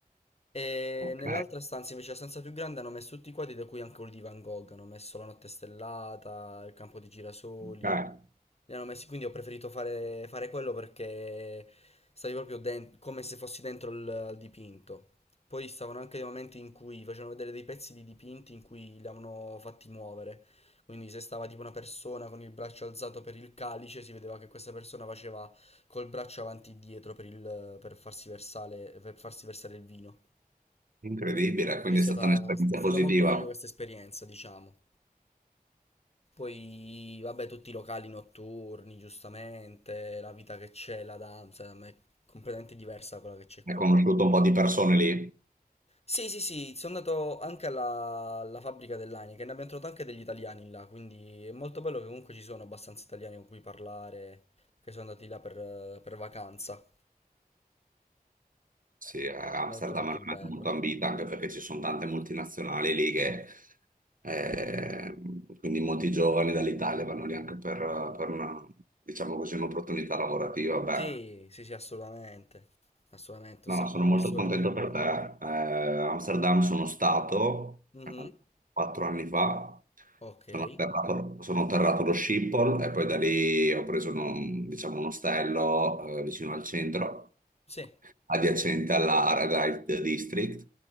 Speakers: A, on the left; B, on the right.
A: e
B: ok,
A: nell'altra stanza invece, la stanza più grande, hanno messo tutti i quadri, da cui anche quello di Van Gogh. Hanno messo La notte stellata, Il campo di girasoli.
B: ok.
A: Li hanno messi, quindi ho preferito fare, fare quello perché stavi proprio den- come se fossi dentro il, al dipinto. Poi stavano anche dei momenti in cui facevano vedere dei pezzi di dipinti in cui li avevano fatti muovere. Quindi se stava tipo una persona con il braccio alzato per il calice, si vedeva che questa persona faceva col braccio avanti e dietro per, il- per farsi versare, per farsi versare il vino.
B: Incredibile,
A: Quindi
B: quindi
A: è
B: è
A: stata,
B: stata un'esperienza
A: è stata
B: positiva.
A: molto meglio questa esperienza, diciamo. Poi, vabbè, tutti i locali notturni, giustamente, la vita che c'è là ad Amsterdam è completamente diversa da quella che c'è qua.
B: Hai conosciuto un po' di persone lì?
A: Sì, sì, sì, sono andato anche alla, alla fabbrica dell'Heineken, ne abbiamo trovato anche degli italiani là, quindi è molto bello che comunque ci sono abbastanza italiani con cui parlare, che sono andati là per, eh, per vacanza.
B: Sì, eh, Amsterdam
A: Molto, molto
B: è una
A: bello.
B: meta molto ambita anche perché ci sono tante multinazionali lì che eh, quindi molti giovani dall'Italia vanno lì anche per, per una, diciamo così, un'opportunità lavorativa. Beh,
A: Sì, sì, sì, assolutamente. Assolutamente,
B: No,
A: un sacco
B: sono
A: di
B: molto
A: persone
B: contento
A: vanno
B: per te. Eh, Amsterdam sono stato
A: là. Mhm,
B: eh, quattro anni fa,
A: Ok.
B: sono atterrato, sono atterrato allo Schiphol e poi da lì ho preso un, diciamo, un ostello eh, vicino al centro,
A: Sì.
B: adiacente alla Red District.